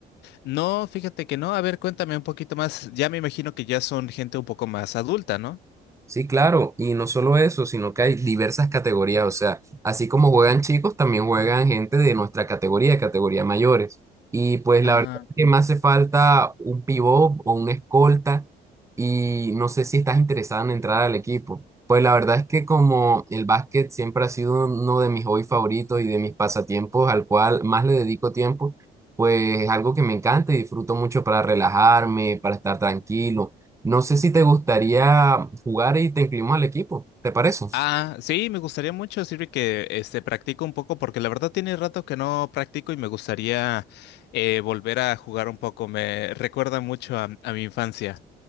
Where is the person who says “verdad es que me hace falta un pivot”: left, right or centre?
Right